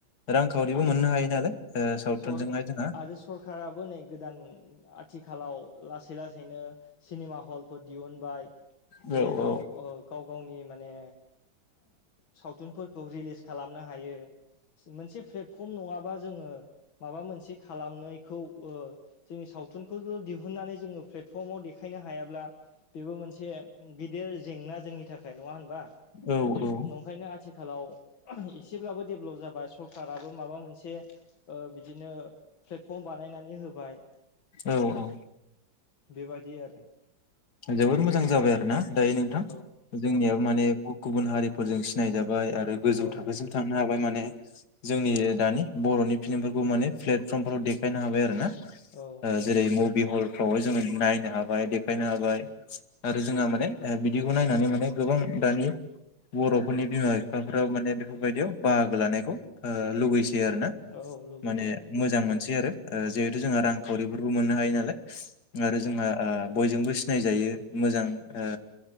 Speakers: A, on the left; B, on the left.
A: रांखावरिबो
B: आरो
A: मोननो हायो नालाय ओ सावथुनजोंहाय
B: सर
A: जोंहा
B: आरो सरखाराबो नै गोदान आ आथिखालाव लासै लासैनो सिनेमा हलफोर दिहुनबाय।
A: औ
B: जेराव
A: औ
B: ओ गाव गावनि माने सावथुनफोरखौ रिलिस खालामनो हायो मोनसे प्लेटफर्म नङाबा जोंङो माबा मोनसे खालामनायखौ ओ जोंनि सावथुनखौल' दिहुननानै जोंङो प्लेटफर्माव देखाय नो हायाब्ला बेबो मोनसे गिदिर जेंना जोंनि था खाय नंङा होनबा?
A: औ
B: नंखायनो आथिखालाव एसेब्लाबो डेभेलप जाबाय सर माबा मोनसे ओ बिदिनो प्टेफर्म बानायनानै होबाय।
A: औ औ।
B: बेबादि आरो।
A: जोबोद मोजां जाबाय आरो ना दायो नोंथां
B: औ
A: जोंनियाबो
B: औ
A: माने गुबुन हारिफोरजों सिनाय जा बाय आरो गोजौ
B: औ
A: थाखोसिम थांनो हाबाय माने जोंनि दानि बर'नि फिल्मफोरखौ माने प्लेटफर्मफोराव देखायनो हाबाय आरो ना
B: औ
A: ओ जेरै मुभि हल फ्रावहाय जोङो नायनो हाबाय देखायनो खौहाय आरो जोंहा माने ओ बिदिखौ नायनानै माने गोबां दानि बर'फोरनि बिमा बिफाफोराबो माने बेफोर बायदियाव बाहागो लानायखौ ओ लुगै आरो ना
B: औ लुगैसै
A: माने मोजां मोन सै आरो ओ जिहेतु जोंहा रांखावरिफोरबो मोननो हायो नालाय आरो जोङो ओ बयजोंबो सिनायजायो मोजां ओ